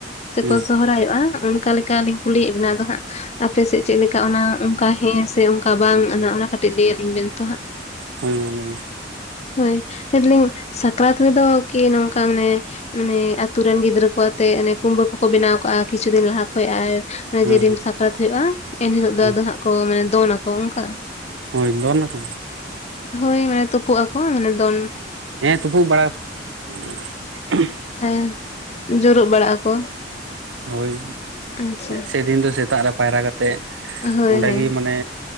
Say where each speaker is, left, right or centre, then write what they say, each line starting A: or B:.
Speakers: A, on the right (about 75°); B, on the left (about 35°).
A: ᱦᱮᱸ
B: ᱥᱮᱠᱚ ᱥᱚᱦᱨᱟᱭᱚᱜ-ᱟ ᱚᱠᱟ ᱞᱮᱠᱟᱞᱤᱧ ᱠᱩᱞᱤᱭᱮᱫ ᱵᱮᱱᱟ ᱟᱫᱚ ᱦᱟᱸᱜ ᱟᱯᱮ ᱥᱮᱫ ᱪᱮᱫᱞᱮᱠᱟ ᱚᱱᱟ ᱚᱱᱠᱟ ᱦᱮᱸ ᱥᱮ ᱚᱱᱠᱟ ᱵᱟᱝ ᱚᱱᱟ ᱚᱱᱟ ᱠᱟᱹᱴᱤᱡ ᱞᱟᱹᱭ ᱟᱹᱞᱤᱧ ᱵᱮᱱ ᱛᱚ ᱦᱟᱸᱜ
A: ᱦᱳᱭ ᱢᱟ ᱞᱟᱹᱭ ᱢᱮ
B: ᱦᱳᱭ ᱞᱟᱹᱭ ᱫᱟᱞᱤᱧ ᱥᱟᱠᱨᱟᱛ ᱨᱮᱫᱚ ᱠᱤ ᱱᱚᱝᱠᱟ ᱢᱟᱱᱮ ᱢᱟᱱᱮ ᱟᱛᱩ ᱨᱮᱱ ᱜᱤᱫᱽᱨᱟᱹ ᱠᱚᱣᱟᱛᱮᱫ ᱠᱩᱢᱵᱟᱹ ᱠᱚᱠᱚ ᱵᱮᱱᱟᱣ ᱠᱟᱜ-ᱟ ᱠᱤᱪᱷᱩ ᱫᱤᱱ ᱞᱟᱦᱟ ᱠᱷᱚᱡ ᱟᱨ
A: ᱦᱮᱸ
B: ᱡᱮᱫᱤᱱ ᱥᱟ ᱠᱨᱟᱛ ᱦᱩᱭᱩᱜ-ᱟ ᱮᱱᱦᱤᱞᱳᱜ ᱫᱚ
A: ᱦᱮᱸ
B: ᱟᱫᱚ ᱦᱟᱸᱜ ᱠᱚ ᱢᱟᱱᱮ ᱫᱚᱱᱟᱠᱚ ᱚᱱᱠᱟ
A: ᱦᱳᱭ ᱫᱚᱱᱟᱠᱚ
B: ᱦᱳᱭ ᱢᱟᱱᱮ ᱛᱩᱯᱩᱜ ᱟᱠᱚ ᱢᱟᱱᱮ ᱫᱚᱱ
A: ᱦᱮᱸ ᱛᱩᱯᱩᱜ ᱵᱟᱲᱟ <unintelligible>
B: ᱦᱮᱸ ᱡᱩᱨᱩᱜ ᱵᱟᱲᱟᱜ ᱟᱠᱚ
A: ᱦᱳᱭ,
B: ᱟᱪᱪᱷᱟ
A: ᱥᱮᱫᱤᱱ ᱫᱚ ᱥᱮᱛᱟᱜ ᱨᱮ ᱯᱟᱭᱨᱟ ᱠᱟᱛᱮᱫ
B: ᱦᱳᱭ ᱦᱳᱭ
A: ᱚᱸᱰᱮᱜᱤ ᱢᱟᱱᱮ